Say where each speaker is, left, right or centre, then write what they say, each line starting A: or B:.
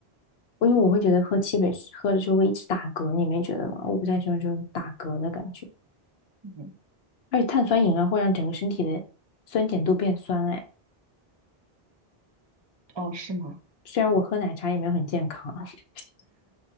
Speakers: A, on the left; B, on the right.
A: 我因为我会觉得喝汽水喝了之后会一直打嗝，你没觉得吗？我不太喜欢这种打嗝的感觉，
B: 嗯，
A: 而且碳酸饮料会让整个身体的酸碱度变酸。哎，
B: 哦，是吗？
A: 虽然我喝奶茶也没有很健康，<laughs>